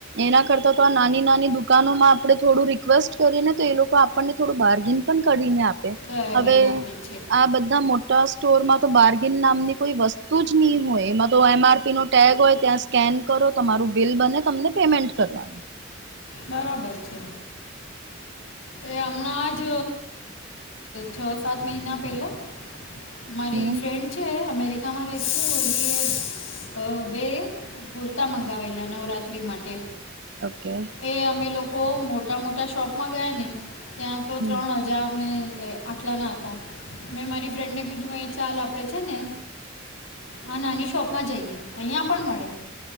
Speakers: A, on the right; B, on the left.
A: એના કરતા તો આ નાની નાની દુકાનો માં આપડે થોડું રિક્વેસ્ટ કરીએ ને તો એ લોકો તમને થોડું બારગિન પણ કરીને આપે
B: કરી
A: હવે
B: આપે છે
A: આ બધા મોટા. સ્ટોરમાં તો બાર્ગિન નામની કોઈ વસ્તુ જ નહી હોય એમાં તો એમ આરપી નો ટેગ હોય ત્યાં. સ્કેન કરો તમારું બિલ બને તમને પેમેન્ટ કરવાનું.
B: બરાબર છે. એ હમણાં જ છ સાત મહિના પહેલા. મારી
A: હમ
B: ફ્રેન્ડ છે અમેરિકામાં રહે છે ઓલી એ બે. કુર્તા મંગાવેલા નવરાત્રી માટે.
A: ઓકે.
B: એ અમે લોકો મોટા મોટા શોપમાં ગયા ને ત્યાં તો
A: હમ
B: ત્રણ હજાર. હજાર ને આટલા ના હતા. મેં મારી ફ્રેન્ડને કીધું ચાલ આપડે છે ને. આ નાની શોપ માં જઈએ અહિયા પણ મળે